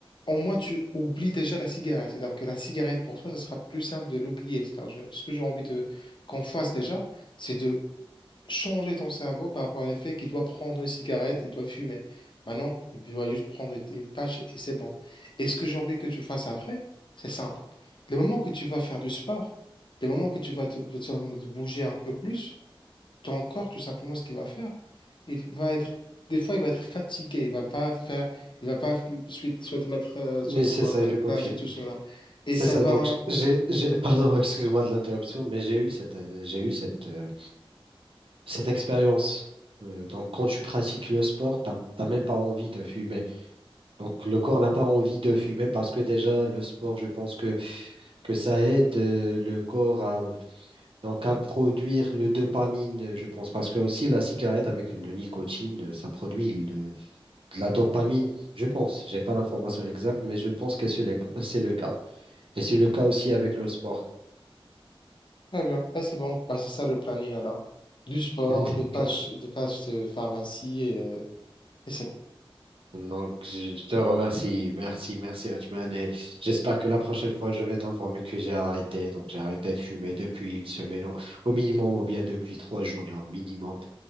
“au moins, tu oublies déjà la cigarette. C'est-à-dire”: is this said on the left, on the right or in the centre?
Left